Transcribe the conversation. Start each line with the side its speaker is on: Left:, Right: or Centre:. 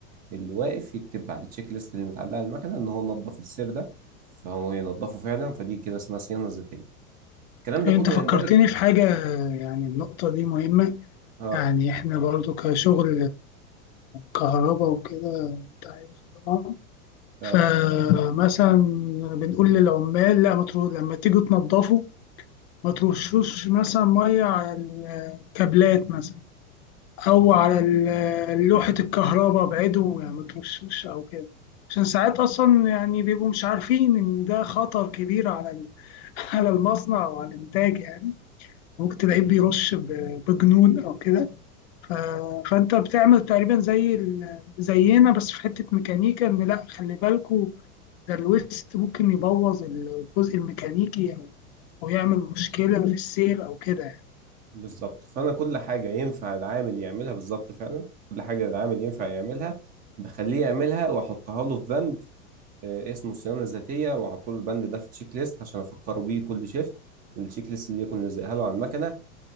Right: اللي واقف يكتب على التشيك ليست اللي متعلقه على المكنه ان هو نظف السير ده فهو ينظفه فعلا فدي كده اسمها صيانه ذاتيه الكلام ده
Left: أنت
Right: كله
Left: فكرتني
Right: يندرج
Left: في حاجة يعني النقطة دي مهمة
Right: اه
Left: يعني إحنا برضو كشغل كهرباء وكده أنت عارف طبعا
Right: اه
Left: فمثلا بنقول للعمال لا ما تروح لما تيجوا تنظفوا ما ترشوش مثلا ميه على الكابلات مثلا او على ال- لوحه الكهرباء ابعدوا يعني ما ترشوش او كده عشان ساعات اصلا يعني بيبقوا مش عارفين ان ده خطر كبير على ال- <laughs> على المصنع او على الانتاج يعني ممكن تلاقيه بيرش ب- بجنون او كده ف... فانت بتعمل تقريبا زي ال... زينا بس في حته ميكانيكا ان لا خلي بالكوا ده الويست ممكن يبوظ الجزء الميكانيكي او او يعمل مشكله في السير او كده يعني.
Right: بالظبط فانا كل حاجه ينفع العامل يعملها بالظبط فعلا كل حاجه العامل ينفع يعملها بخليه يعملها واحطها له في بند آه، اسمه صيانه ذاتيه واحط له البند ده في تشيك ليست عشان افكره بيه كل شيفت والتشيك ليست دي اكون لازقها له على المكنه